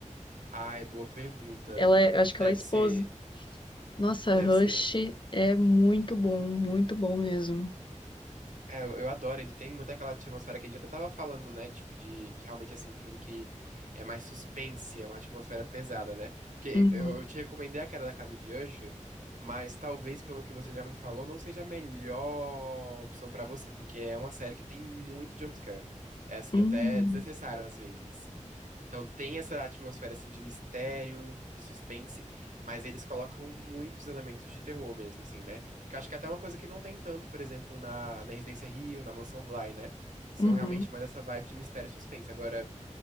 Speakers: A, on the right; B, on the left.
A: Ai, boa pergunta.
B: Ela é- Eu acho que
A: Deve
B: ela é esposa.
A: ser,
B: Nossa,
A: deve
B: Rush
A: ser.
B: é muito bom, muito bom mesmo.
A: É, eu, eu adoro, ele tem muito aquela atmosfera que a gente até tava falando, né? Tipo, de, de realmente, assim, um filme que é mais suspense, é uma atmosfera pesada, né? Porque
B: Uhum.
A: eu, eu te recomendei a Queda da Casa de Usher, mas talvez, pelo que você já me falou, não seja a melhor opção pra você, porque é uma série que tem muito jumpscare. É, assim,
B: Uhum.
A: até desnecessário às vezes. Então tem essa atmosfera, assim, de mistério, de suspense, mas eles colocam muitos elementos de terror mesmo, assim, né? Que eu acho que é até uma coisa que não tem tanto, por exemplo, na, na Residência Rio, na Mansão Bly, né? Que são
B: Uhum.
A: realmente mais essa vibe de mistério e suspense. Agora,